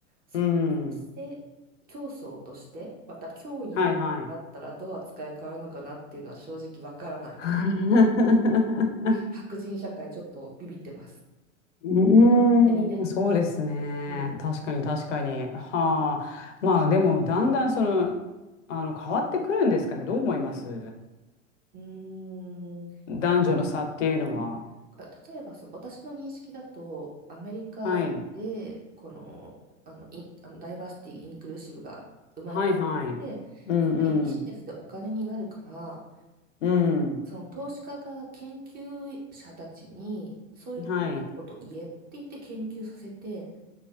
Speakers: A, on the right (about 25°); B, on the left (about 70°).
A: そこに出世競争としてまた脅威になるってなったらどう扱い変わるのかなっていうのは正直わからないです。
B: うん。はいはい。<laughs>
A: 白人社会ちょっとビビってます。
B: う
A: 勝手にね。
B: ーん、そうですね。
A: うん。
B: 確かに確かに。はあ。まあでも、だんだんその、あの、変わってくるんですかね。どう思います
A: うーん。
B: 男女の差っていうのは。
A: なえあ例えばその私の認識だとアメリカでこの、
B: はい。
A: あの、インあのダイバーシティ・インクルーシブが生まれたのってやっぱりビジネスでお金になるから
B: はいはい。うんうん。う
A: その投資家が研究者たちにそういういいこと言えって言って研究させて
B: ん。はい。